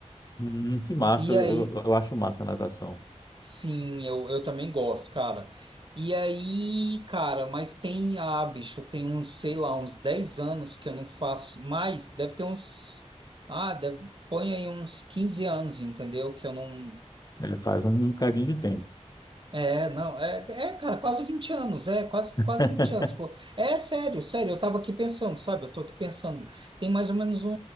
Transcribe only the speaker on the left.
Hum, que massa,
eu,
eu acho massa a natação.
Ele faz um bocadinho de tempo.
<laughs>